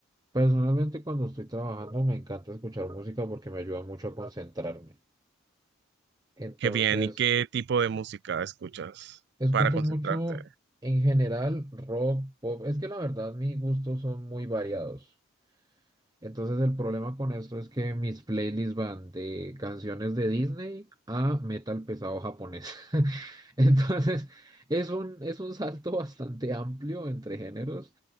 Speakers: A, on the right; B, on the right.
A: Personalmente, cuando estoy trabajando, me encanta escuchar música porque me ayuda mucho a concentrarme. Entonces...
B: Qué bien, ¿y qué tipo de música escuchas
A: Escucho
B: para concentrarte?
A: mucho en general rock, pop. Es que la verdad mis gustos son muy variados. Entonces el problema con esto es que mis playlists van de canciones de Disney a metal pesado japonés. <laughs> Entonces es un, es un salto bastante amplio entre géneros